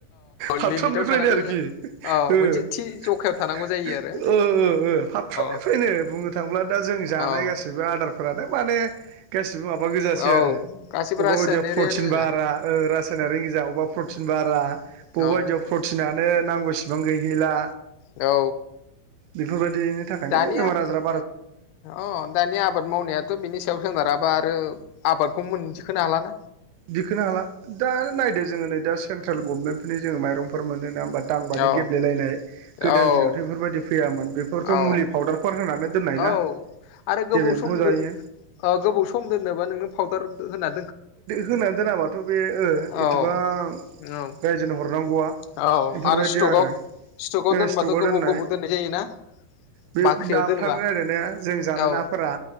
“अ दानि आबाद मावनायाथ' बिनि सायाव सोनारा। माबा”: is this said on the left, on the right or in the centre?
Left